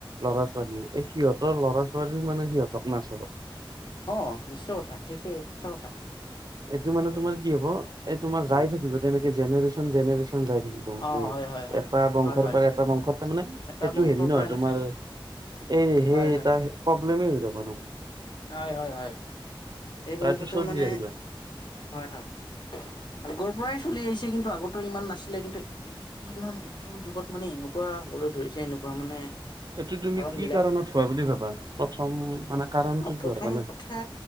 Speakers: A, on the right; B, on the left.
A: লৰা ছোৱাল ছোৱাল সিহঁতৰ ল'ৰা ছোৱালী মানে সিহঁতক নাচাব
B: অ' নিশ্চয় কথা নি্চয় সঁচা কথা
A: এইটো মানে তোমাৰ কি হব এই তোমাৰ যাই
B: হয়।
A: থাকিব তেনেকে জেনেৰেচন জেনেৰেশ্যন াই থাকিব মানে
B: অ' হয় হয় হয়
A: এটা বংশৰ
B: হয় হয়
A: পৰা এটা বংশত তাৰ মানে সেইটো
B: এটা বংশৰ
A: হেৰি নহয়
B: পৰা এনেকে
A: তোমাৰ এই সেই
B: হয় হয়
A: ত প্ৰব্লেমেই হৈ যাব ন'
B: হয় হয় হয়। এই
A: তাইতো
B: বংশটোৰ
A: চলি
B: মানে
A: আহিবা।
B: হয় হয় আগৰ পৰাই চলি আহিছে কিন্তু আগতো ইমান নাছিলে কিন্তু ই ইমান ইটো যুগত মানে এনেকুৱা হবলৈ ধৰিছে এনেকুৱা মানে
A: এইটো তুমি
B: কাৰণ
A: কি
B: বিলাক
A: কাৰণত হোৱা বুলি ভাবা প্ৰথম মানে কাৰণটো
B: প্ৰথম
A: কিহৰ কাৰণে?
B: কথা